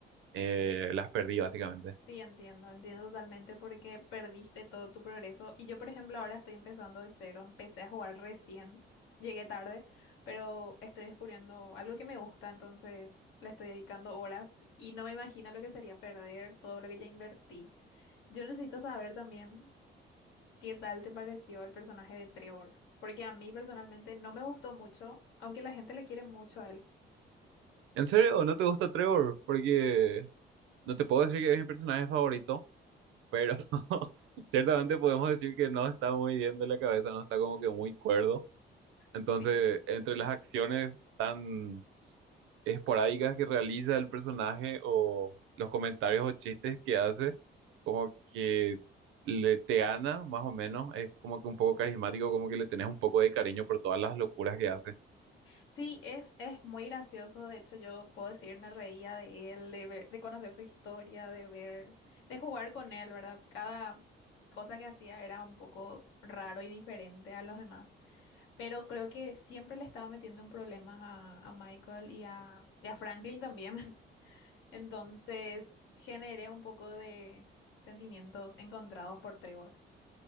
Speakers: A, on the right; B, on the left.
A: eh, las perdí básicamente.
B: Sí, entiendo, entiendo totalmente porque perdiste todo tu progreso. Y yo, por ejemplo, ahora estoy empezando de cero. Empecé a jugar recién, llegué tarde, pero estoy descubriendo algo que me gusta, entonces le estoy dedicando horas y no me imagino lo que sería perder todo lo que ya invertí. Yo necesito saber también qué tal te pareció el personaje de Trevor, porque a mí personalmente no me gustó mucho, aunque la gente le quiere mucho a él.
A: ¿En serio? ¿No te gusta Trevor? Porque no te puedo decir que es mi personaje favorito, pero <laughs> ciertamente podemos decir que no está muy bien de la cabeza, no está como que muy cuerdo. Entonces,
B: Sí.
A: entre las acciones... tan esporádicas que realiza el personaje o los comentarios o chistes que hace, como que le te gana más o menos, es como que un poco carismático, como que le tenés un poco de cariño por todas las locuras que hace.
B: Sí, es, es muy gracioso. De hecho, yo puedo decir, me reía de él, de ver- de conocer su historia, de ver, de jugar con él, ¿verdad? Cada cosa que hacía era un poco raro y diferente a los demás. Pero creo que siempre le estaba metiendo en problemas a, a Michael y a, y a Franklin también. <laughs> Entonces, generé un poco de sentimientos encontrados por Trevor.